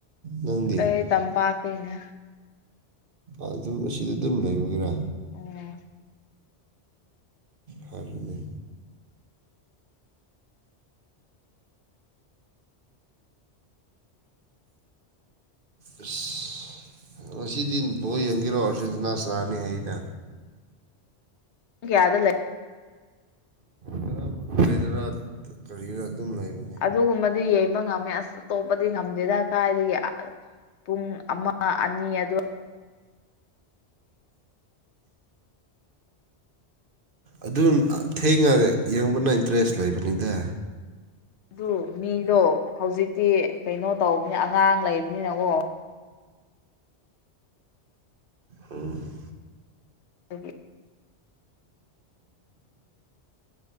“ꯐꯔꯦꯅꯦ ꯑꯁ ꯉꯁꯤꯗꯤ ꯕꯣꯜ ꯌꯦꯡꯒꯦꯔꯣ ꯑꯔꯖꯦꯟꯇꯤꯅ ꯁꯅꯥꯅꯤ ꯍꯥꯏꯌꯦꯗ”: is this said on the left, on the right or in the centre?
Right